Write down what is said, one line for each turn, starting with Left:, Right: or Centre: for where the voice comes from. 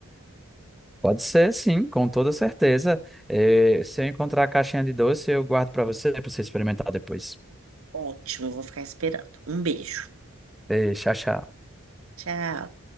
Centre: Pode ser, sim, com toda certeza. Eh, se eu encontrar a caixinha de doce, eu guardo para você, para você experimentar depois.
Right: Ótimo, eu vou ficar esperando. Um beijo.
Centre: Eh, tchau, tchau.
Right: Tchau.